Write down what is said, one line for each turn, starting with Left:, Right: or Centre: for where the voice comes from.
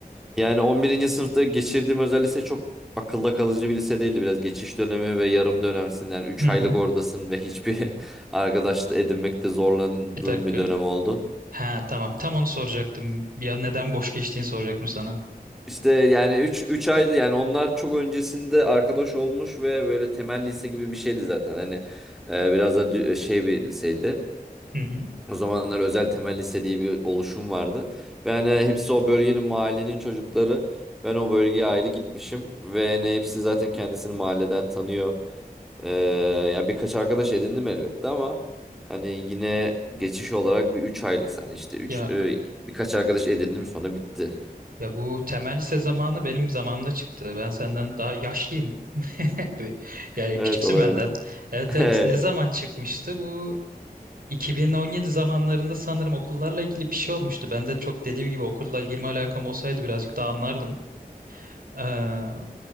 Centre: Yani on birinci sınıfta geçirdiğim özel lise çok akılda kalıcı bir lise değildi. Biraz geçiş dönemi ve yarım dönemsin yani 3
Right: Hı
Centre: aylık
Right: hı.
Centre: oradasın ve hiçbir <laughs> arkadaş edinmekte zorlandığım
Right: Bir dakika.
Centre: bir dönem oldu.
Right: Ha tamam. Tam onu soracaktım. Ya neden boş geçtiğini soracaktım sana.
Centre: İşte yani üç üç aydı yani onlar çok öncesinde arkadaş olmuş ve böyle temel lise gibi bir şeydi zaten. Hani e, biraz da dü- şey bir liseydi.
Right: Hı hı.
Centre: O zamanlar özel temel lise diye bir oluşum vardı. Ve hani hepsi o bölgenin mahallenin çocukları. Ben o bölgeye ayrı gitmişim ve hani hepsi zaten kendisini mahalleden tanıyor. E, ya birkaç arkadaş edindim elbette ama hani yine geçiş olarak bir 3 aylık yani işte 3
Right: Ya
Centre: birkaç arkadaş edindim sonra bitti.
Right: ya bu temel lise zamanı benim zamanımda çıktı. Ben senden daha yaşlıyım. <laughs> Ve- Yani
Centre: Evet
Right: küçüksün
Centre: olabilir.
Right: benden.
Centre: <laughs>
Right: Evet evet.
Centre: Evet.
Right: Ne zaman çıkmıştı bu? 2017 zamanlarında sanırım okullarla ilgili bir şey olmuştu. Ben de çok dediğim gibi okulla ilgili alakam olsaydı birazcık daha anlardım. Eee,